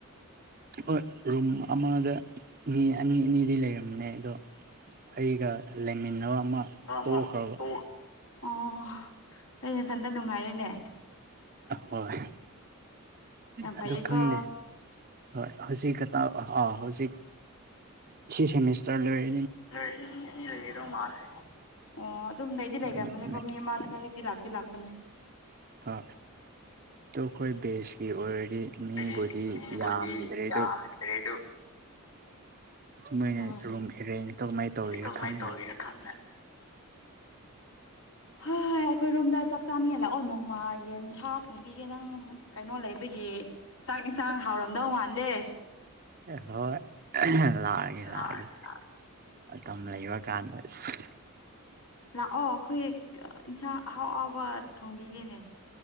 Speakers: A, on the right; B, on the left.
A: ꯍꯣꯏ ꯔꯨꯝ ꯑꯃꯗ ꯃꯤ ꯑꯅꯤ ꯑꯅꯤꯗꯤ ꯂꯩꯔꯝꯃꯦ ꯅꯦ ꯑꯗꯣ ꯑꯩꯒ ꯂꯩꯃꯤꯟꯅꯕ ꯑꯃ
B: ꯑꯃ
A: ꯇꯣꯛꯈ꯭ꯔꯕ
B: ꯇꯣꯛ ꯑꯣ ꯑ ꯅꯊꯟꯗ ꯅꯨꯡꯉꯥꯏꯔꯦꯅꯦ
A: ꯍꯣꯏ
B: ꯌꯥꯝ ꯐꯩꯌꯦꯀꯣ
A: ꯑꯗꯨꯗ ꯀꯪꯅꯦ ꯍꯣꯏ ꯍꯧꯖꯤꯛ ꯑ ꯑ ꯍꯧꯖꯤꯛ ꯊ꯭ꯔꯤ ꯁꯦꯃꯤꯁꯇꯔ ꯂꯩ
B: ꯍꯣꯏ ꯑꯅꯤ ꯂꯩꯒꯗꯧ ꯃꯥꯜꯂꯦ ꯑꯣ ꯑꯗꯨꯝꯗꯩꯗꯤ ꯂꯩꯒ꯭ꯔꯝꯝꯕꯅꯦꯀꯣ
A: ꯍꯣꯏ
B: ꯃꯤ ꯑꯃ ꯑꯗꯨꯝ ꯍ ꯍꯦꯛꯇꯤ ꯂꯥꯛꯄꯤ ꯂꯥꯛꯄꯅꯦ
A: ꯑ ꯇꯣ ꯑꯩꯈꯣꯏ ꯕꯦꯁꯀꯤ ꯑꯣꯏꯔ ꯗꯤ ꯃꯤꯕꯨꯗꯤ
B: ꯍꯥꯏꯗꯤ ꯃꯤꯕꯨꯗꯤ
A: ꯌꯥꯝꯗ꯭ꯔꯦ ꯑꯗꯨ
B: ꯌꯥꯝꯗ꯭ꯔꯦ ꯑꯗꯨ
A: ꯃꯣꯏꯅ
B: ꯍꯣꯏ
A: ꯔꯨꯝ ꯑꯦꯔꯦꯟꯖ ꯇꯧ ꯀꯃꯥꯏꯅ ꯇꯧꯔꯤꯔ
B: ꯀꯃꯥꯏꯅ
A: ꯈꯪꯅ
B: ꯇꯧꯔꯤꯔ ꯈꯪꯗꯦ ꯍ ꯑꯩꯈꯣꯏꯔꯣꯝꯗ ꯆꯥꯛ ꯆꯥꯅꯤꯡꯉꯦ ꯂꯥꯛꯑꯣ ꯅꯣꯡꯃꯥ ꯌꯦꯟ ꯁꯥ ꯊꯣꯡꯕꯤꯒꯦ ꯅꯪ ꯀꯩꯅꯣ ꯂꯩꯕꯒꯤ ꯆꯥꯛ ꯏꯟꯁꯥꯡ ꯍꯥꯎꯔꯝꯗꯧ ꯃꯥꯟꯗꯦ
A: ꯍꯣꯏ ꯂꯥꯎꯒꯦ ꯂꯥꯎꯒꯦ
B: ꯂꯥꯛꯑꯒꯦ ꯂꯥꯛꯑꯒꯦ
A: ꯇꯝ ꯂꯩꯕ ꯀꯥꯟꯗꯁ
B: ꯂꯥꯛꯑꯣ ꯑꯩꯈꯣꯏ ꯏꯟꯁꯥꯡ ꯑꯍꯥꯎ ꯑꯍꯥꯎꯕ ꯊꯣꯡꯕꯤꯒꯦꯅꯦ